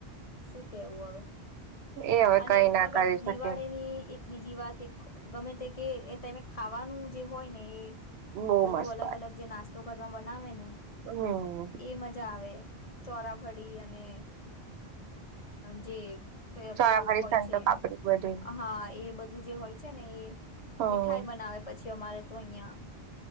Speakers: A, on the left; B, on the right.
A: શું કેવું હવે
B: એ હવે
A: અને
B: કઈ
A: <unintelligible>
B: ના કરી શકે
A: દિવાળીની એક બીજી વાત એક ગમે તે કે એ તમે ખાવાનું જે હોય ને એ
B: બહુ
A: બધું
B: મસ્ત
A: અલગ
B: હોય.
A: અલગ જે નાસ્ત તો <unintelligible> ના આવેને
B: હમ
A: એ મજા આવે ચોરાફળી અને જે પે
B: ચોરાફરી
A: પેલું હોય
B: સંતો
A: છે
B: પાપડી બધું
A: હા એ બધું જે હોય છે ને એ
B: હમ
A: મીઠાઈ બનાવે પછી અમારે તો અહિયાં